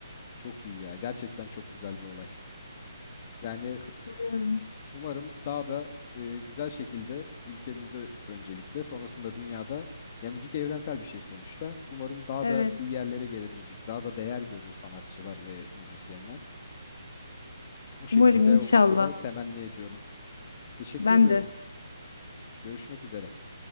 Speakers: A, on the left (about 30°); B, on the left (about 65°).
A: Çok iyi ya. Gerçekten çok güzel bir olay. Yani
B: <laughs>
A: Umarım daha da e, güzel şekilde ülkemizde öncelikle sonrasında dünyada ya müzik evrensel bir şey sonuçta. Umarım daha
B: Evet.
A: da iyi yerlere gelir müzik. Daha da değer görür sanatçılar ve müzisyenler. Bu şekilde
B: Umarım inşallah.
A: olmasını temenni ediyorum. Teşekkür
B: Ben
A: ediyorum.
B: de.
A: Görüşmek üzere.